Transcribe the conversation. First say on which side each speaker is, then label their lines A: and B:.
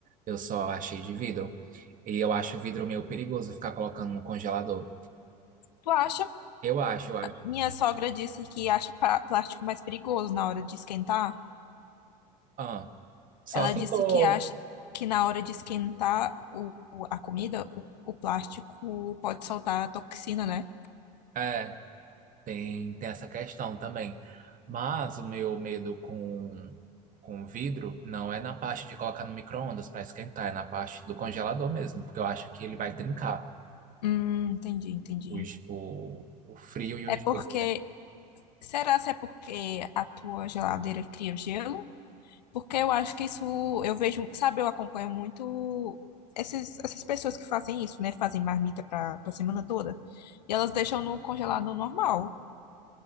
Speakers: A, on the right; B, on the left.
A: Eu só achei de vidro. E eu acho o vidro meio perigoso ficar colocando no congelador.
B: Tu acha?
A: Eu acho, eu acho.
B: Minha sogra disse que acha pa- plástico mais perigoso na hora de esquentar.
A: Ah, só
B: Ela
A: se
B: disse
A: for.
B: que acha que na hora de esquentar o, o- a comida, o, o plástico pode soltar a toxina, né?
A: é, Tem, tem essa questão também. Mas o meu medo com, com vidro não é na parte de colocar no micro-ondas para esquentar, é na parte do congelador mesmo, porque eu acho que ele vai trincar
B: Hum, entendi, entendi.
A: o, ge- o, o frio e
B: É
A: o
B: porque
A: gelo
B: Será se é porque a tua geladeira cria gelo? Porque eu acho que isso, eu vejo, sabe, eu acompanho muito esses, essas pessoas que fazem isso, né? Fazem marmita para a semana toda. E elas deixam no congelado normal